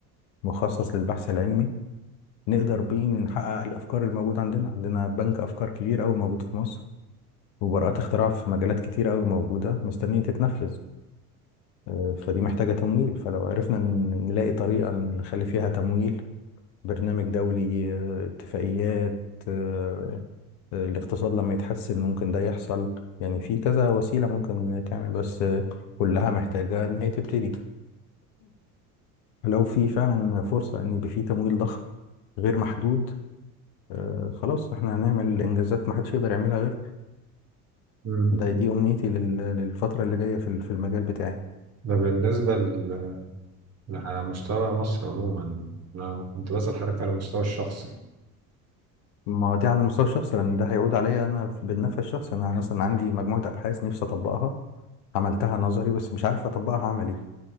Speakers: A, on the left (about 65°); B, on the right (about 35°).
A: مخصص للبحث العلمي نقدر بيه نحقق الافكار الموجوده عندنا عندنا بنك افكار كبير قوي موجود في مصر وبراءات اختراع في مجالات كتير قوي موجوده مستنيه تتنفذ آه، فدي محتاجه تمويل فلو عرفنا ن- نلاقي طريقه نخلي فيها تمويل برنامج دولي آه، اتفاقيات آه، آه، الاقتصاد لما يتحسن ممكن ده يحصل يعني في كذا وسيلة ممكن تعمل بس آه، كلها محتاجة إن هي تبتدي لو في فعلا فرصة إن يبقى في تمويل ضخم غير محدود آه، خلاص احنا هنعمل إنجازات محدش يقدر يعملها غير
B: مم.
A: ده دي أمنيتي لل- للفترة اللي جاية في ال- في المجال بتاعي
B: ده بالنسبة ل- على مستوى مصر عموما انا كنت بسأل حضرتك على المستوى الشخصي
A: ما هو دي على المستوى الشخصي لأن ده هيعود عليا أنا في- بالنفع الشخصي أنا مثلا عندي مجموعة أبحاث نفسي أطبقها عملتها نظري بس مش عارف أطبقها عملي